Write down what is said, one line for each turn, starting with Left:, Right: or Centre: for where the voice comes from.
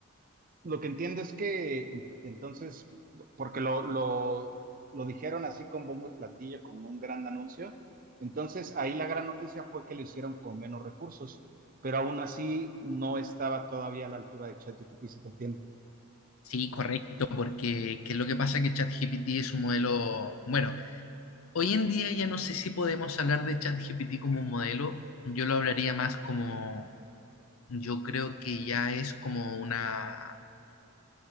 Right: lo que entiendo es que en- entonces, porque lo, lo, lo dijeron así con bombo y platillo, como un gran anuncio, entonces ahí la gran noticia fue que lo hicieron con menos recursos, pero aún así no estaba todavía a la altura de ChatGPT, si te entiendo.
Left: Sí, correcto, porque que lo que pasa es que ChatGPT es un modelo, bueno, hoy en día ya no sé si podemos hablar de ChatGPT como un modelo, yo lo hablaría más como, yo creo que ya es como una